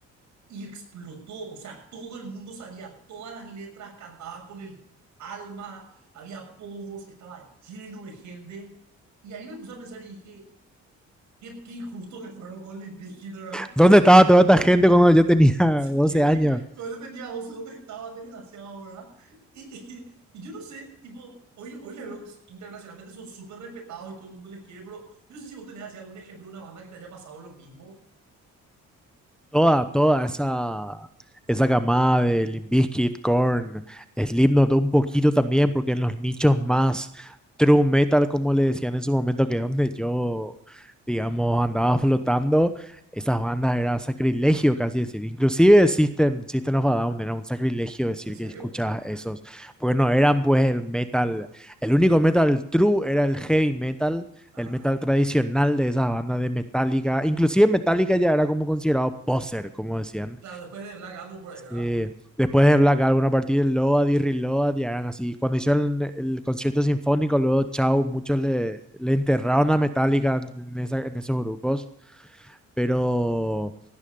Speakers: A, on the right; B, in the centre.
A: y explotó. O sea, todo el mundo sabía todas las letras, cantaba con el alma, había pogos, estaba lleno de gente. Y ahí me puse a pensar y dije, qué, qué injusto que fueron con Limp Bizkit, ¿verdad?
B: ¿Dónde estaba toda esta gente cuando yo tenía <laughs>
A: <laughs>
B: 12
A: Sí,
B: años?
A: Cuando yo tenía 12, ¿dónde estaba, desgraciado, verdad? Y, y, y yo no sé, tipo, hoy, hoy les veo que internacionalmente son súper respetados y todo el mundo les quiere, pero yo no sé si vos tenés así algún ejemplo de una banda que te haya pasado lo mismo.
B: Toda, toda esa, esa camada de Limp Bizkit, Korn, Slipknot, un poquito también, porque en los nichos más true metal, como le decían en su momento, que es donde yo, digamos, andaba flotando, esas bandas era sacrilegio casi decir. Inclusive System, System of a Down era un sacrilegio decir
A: ¿En serio?
B: que escuchabas esos, porque no eran pues el metal, el único metal true era el heavy metal
A: Ah,
B: el metal tradicional de esas bandas de Metallica. Inclusive Metallica ya era como considerado poser, como decían.
A: claro, después de Black Album por ahí, ¿verdad?
B: Eh, después de Black Album, a partir de Load y Reload, ya eran así. Cuando hicieron el concierto sinfónico, luego Chau, muchos le, le enterraron a Metallica en, esa- en esos grupos. Pero